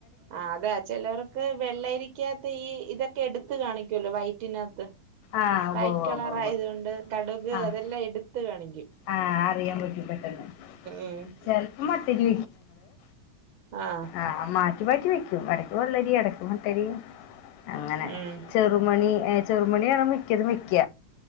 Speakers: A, on the right; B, on the left.
A: ആ അതാ ചിലർക്ക വെള്ളരിക്കകത്ത് ഈ ഇതൊക്കെ എടുത്ത കാണിക്കല്ലോ വൈറ്റിനകത്ത്
B: ആഹ്
A: വൈറ്റ്
B: ഉവ്വ് ഉവ്വ്
A: കളർ
B: ഉവ്വ് ഉവ്വ്
A: ആയത് കൊണ്ട് കടുക്
B: ആഹ്
A: അതെല്ലാം എടുത്ത് കാണിക്കും
B: ആഹ് അറിയാൻ പറ്റും പെട്ടെന്ന്
A: ഉ
B: ചെലപ്പോ മട്ടരി
A: ആഹ
B: ആ മാറ്റി മാറ്റി വെക്കും ഇടക്ക് വള്ളരി ഇടക്ക് മട്ടരി അങ്ങനെ
A: ഉം
B: ചെറ ചെറുമണി ചെറുമണിയാണോ മിക്കത് മിക്ക